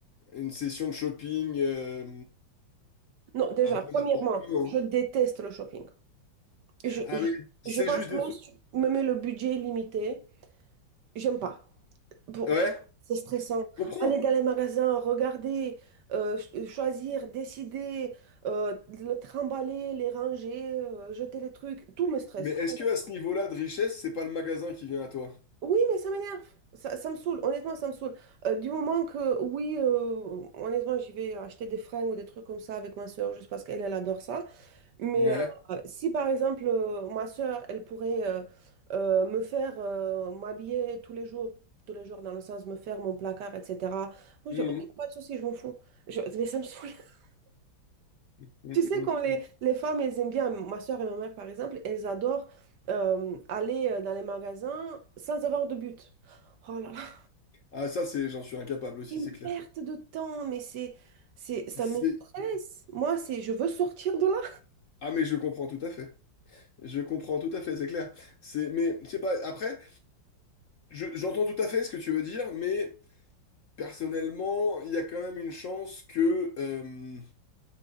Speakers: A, on the left; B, on the right.
A: une session de shopping euh,
B: Non, déjà,
A: un peu
B: premièrement,
A: n'importe comment.
B: je déteste le shopping. Je,
A: Ah
B: je,
A: oui, c'est
B: je pense
A: juste
B: que
A: des...
B: même
A: sou-
B: si tu me mets le budget limité, j'aime pas. Bon, pff,
A: Ouais,
B: c'est stressant.
A: je comprends.
B: Aller dans les magasins, regarder, euh, ch- euh, choisir, décider, euh, le trimballer, les ranger, euh, jeter les trucs, tout me stresse.
A: Mais est-ce
B: tout
A: que à ce niveau-là de richesse, c'est pas le magasin qui vient à toi?
B: Oui, mais ça m'énerve. Ça, ça me saoule. Honnêtement, ça me saoule. Euh, du moment que, oui, euh, honnêtement, j'y vais acheter des fringues ou des trucs comme ça avec ma soeur juste parce qu'elle, elle adore ça. Mais
A: Ouais.
B: euh, si par exemple euh, ma sœur, elle pourrait euh, euh, me faire euh, m'habiller tous les jours, tous les jours dans le sens me faire mon placard, etc. Moi
A: Mhm.
B: je dis ok, pas de souci, je m'en fous. Je- mais ça me saoule. <laughs>
A: Mhm.
B: Tu sais, comme les, les femmes, elles aiment bien, ma sœur et ma mère par exemple, elles adorent euh, aller euh, dans les magasins sans avoir de but. Oh là là, <laughs>
A: Ah ça, c'est, j'en suis incapable aussi,
B: une
A: c'est clair.
B: perte de temps, mais c'est, c'est, ça
A: C'est-
B: me stresse. Moi, c'est, je veux sortir de là.
A: Ah mais je comprends tout à fait. Je comprends tout à fait, c'est clair. C'est mais je sais pas après je- j'entends tout à fait ce que tu veux dire mais personnellement, il y a quand même une chance que euh,